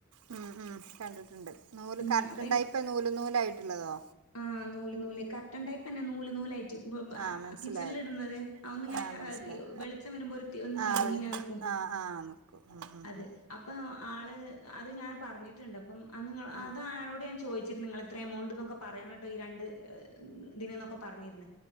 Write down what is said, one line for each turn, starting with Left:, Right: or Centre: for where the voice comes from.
Right: ഉം ഉം കണ്ടിട്ടുണ്ട്. നൂല്
Left: ഉം
Right: കർട്ടൺ
Left: അപ്പൊ എനി
Right: ടൈപ്പ് നൂല് നൂലയ് ട്ടുള്ളതോ
Left: ആ നൂല് നൂല് കർട്ടൺ ടൈപ്പ് ന്നെ. നൂല് നൂലായിട്ട്
Right: ആഹ് മനസ്സിലായി
Left: കിച്ചണിൽ ഇടുന്നത്. അതൊന്നിങ്ങനെ
Right: ആഹ്
Left: ക
Right: മനസ്സിലായി
Left: ത് വെളിച്ചം വരുമ്പോ ഒന്ന്
Right: ആഹ്
Left: തിരിഞ്ഞിങ്ങനെ
Right: വെള്
Left: നിക്കും
Right: ആഹ് ആഹ് നിക്കും ഉം ഉം
Left: അത്
Right: ഉം
Left: അപ്പ ആള് അത് ഞാൻ പറഞ്ഞിട്ടുണ്ട് അപ്പംഅന്നിങ്ങള് അത്
Right: ഉം
Left: ആളോട് ഞാൻ ചോദിച്ചിരുന്നു ങ്ങളെത്രയ എമൗണ്ട് പറയാൻ വിട്ട് പോയി ഈ രണ്ട് ദിനം എന്നൊക്കെ പറഞ്ഞിരുന്ന്